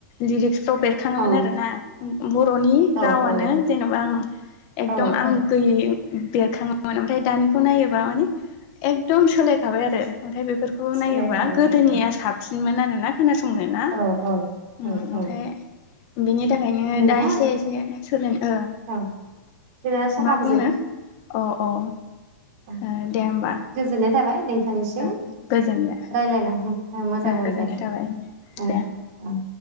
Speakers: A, on the left; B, on the right.
A: लिरिक्स जाव बेरखाङोमोन
B: औ
A: आरोना बर'नि रावानो
B: औ औ
A: जेनेबा आं एकदम
B: औ
A: आं गोयै बेरखाङोमोन ओमफ्राय दानिखौ नायोबा माने एकदम सोलायखाबाय आरो ओमथाय बेफोरखौ
B: सोलायखाबाय
A: नायोबा गोदोनिया साब सिनमोन आरोना खोनासंनो ना
B: औ औ
A: उम
B: औ
A: ओमफ्राय
B: औ
A: बेनि थाखायनो
B: नोंथां
A: दा एसे एसे सोलायनो ओ
B: औ जोंना समाबो
A: मा बुंनो अ अ
B: उम
A: ओ दे होमबा
B: गोजोननाय थाबाय थांनि सिम
A: ओ गोजोनबाय
B: रायज्लायनानै मोजां
A: ओ
B: मोनबाय
A: गोजोननाय थाबाय
B: ओं
A: दे।